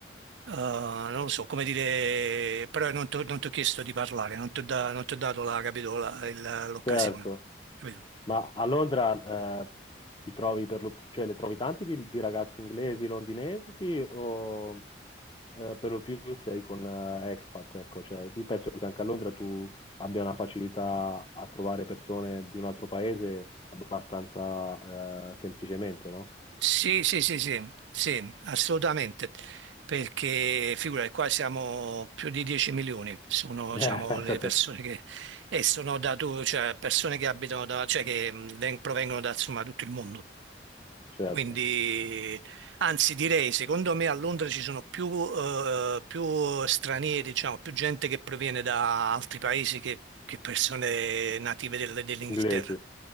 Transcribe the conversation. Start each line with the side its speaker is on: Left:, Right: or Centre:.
Right: eh, non lo so come dire, però non ti ho chiesto di parlare, non ti ho dato la, capito, la- il- l'occasione.
Left: certo.
Right: capito?
Left: Ma a Londra eh, ti trovi per lo, cioè, le trovi tanti di, di ragazzi inglesi, londinesi o eh, per lo più sei con eh, expat? Ecco, cioè, io penso che anche a Londra tu abbia una facilità a trovare persone di un altro paese abbastanza eh, semplicemente, no?
Right: Sì, sì, sì, sì, sì, assolutamente, perché figura, qua siamo più di 10 milioni, sono
Left: <laughs>
Right: diciamo,
Left: Eh, pensa
Right: le persone
Left: te,
Right: che, e sono da tu, cioè persone che abitano da, cioè che mh, veng- provengono da insomma, tutto il mondo.
Left: certo,
Right: Quindi, anzi, direi, secondo me a Londra ci sono più, eh, più stranieri, diciamo, più gente che proviene da altri paesi che, che persone native del- dell'Inghilterra.
Left: inglesi,